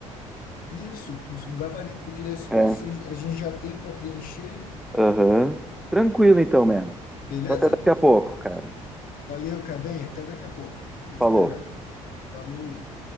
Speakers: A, on the left; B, in the centre.
A: Isso, com um gabarito, porque desse-
B: É.
A: assim assim, a gente já tem para preencher, né?
B: Aham. Tranquilo então, mano.
A: Beleza?
B: Então até daqui a pouco, cara.
A: Valeu, Cavenha. Até daqui a pouco. Tô te
B: Falou.
A: esperando. Falou.